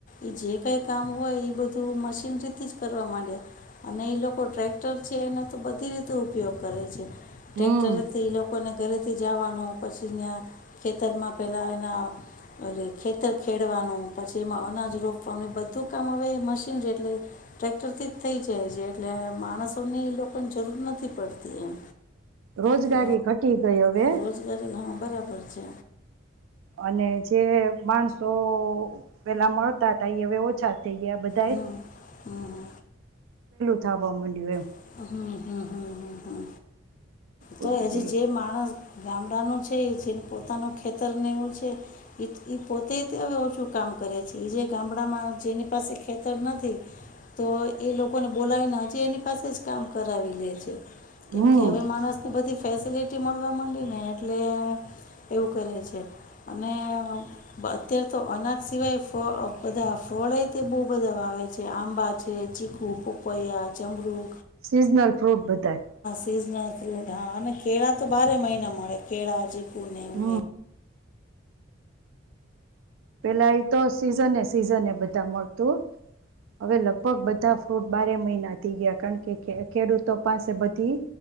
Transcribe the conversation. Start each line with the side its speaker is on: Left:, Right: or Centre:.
Left: એ જે કઈ કામ હોય ઈ બધું મશીનરીથી જ કરવા માંડ્યા અને ઈ લોકો ટ્રેક ટ્રેક્ટર છે. એનો તો બધી રીતે ઉપયોગ કરે છે. ટ્રેક્ટર
Right: હમ
Left: તે લોકો લોકોને ઘરેથી જવાનું પછી ત્યાં ખેતરમાં પહેલાં એના ખેતર ખેડવાનું પછી એમાં અનાજ રોપવાનું એ બધું કામ હવે એ મશીન છે. એટલે ટ્રેક્ટરથી જ થઈ જાય છેહ એટલે માણસ તેને લોકોને જરૂર નથી પડતી એમ.
Right: રોજગારી
Left: તો
Right: ઘટી ગઈ હવે.
Left: રોજગારી હા બરાબર છે.
Right: અને જે માણસો પહેલાં મળતા હતા. એ હવે ઓછા થેય ગયા બધાાયે
Left: હમ હમ
Right: થાવા મંડીયુ એમ.
Left: હમ હમ હમ હ હ.
Right: બોલો
Left: તો હજી
Right: બોલો
Left: જે માણસ ગામડાનું છે એ જેને પોતાનું ખેતરને એવું છે એ એ પોતે તે હવે ઓછું કામ કરે છે એ જે ગામડામાં જેની પાસે ખેતર નથી તો એ લોકોને બોલાવીને હજી એની પાસે જ કામ કરાવી લે છે.
Right: હમ
Left: કેમ કે હવે માણસ બધી ફેસિલિટી મળવા માંડી ને એટલે એવું કરે છે અને અત્યારે તો અનાજ સિવાય ફ બધા ફળે તે બહુ બધા વાવે છે આંબા છે ચીખુ પપૈયા જમરૂ
Right: સિઝનલ ફૂટ બધા
Left: સ્રીઝના ફ્રૂટ હા અને કેળા તો બારે મહિના મળે. કેા અજી કોનેને
Right: હમ
Left: ઉ
Right: પેલા એ તો સિઝન સિઝન એ બધા મળતું હવે લગભગ બધા ફ્રૂટ બારે મહિના. નથી ગયા કાણ કે ખે ખેડૂતો પાસે બધી